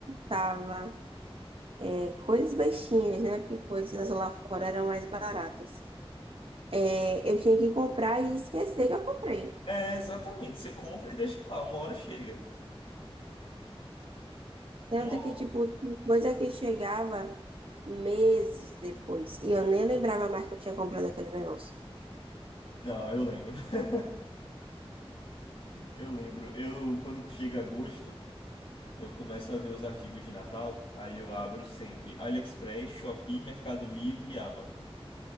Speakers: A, on the right; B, on the left.
A: tava é, coisas baixinhas, né? Porque coisas lá fora eram mais baratas. É, eu tinha que comprar e esquecer que eu comprei.
B: É, exatamente. Você compra e deixa lá, uma hora chega. Uma...
A: Tanto que, tipo, tinha coisa que chegava meses depois. E eu nem lembrava mais que eu tinha comprado aquele negócio.
B: Não, eu lembro. <laughs> Eu lembro. Eu, quando chega agosto, eu começo a ver os artigos de Natal, aí eu abro sempre AliExpress, Shopee, Mercado Livre e Amazon.